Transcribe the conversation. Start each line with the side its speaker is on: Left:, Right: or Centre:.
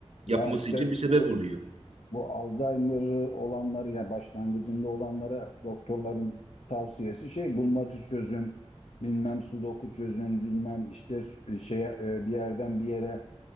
Right: Yapması
Left: ya işte
Right: için bir sebep
Left: bu,
Right: oluyor.
Left: bu Alzheimer olanları ya başlangıcında olanlara doktorların tavsiyesi şey bulmaca çözün, bilmem sudoku çözün, bilmem işte şey bir yerden bir yere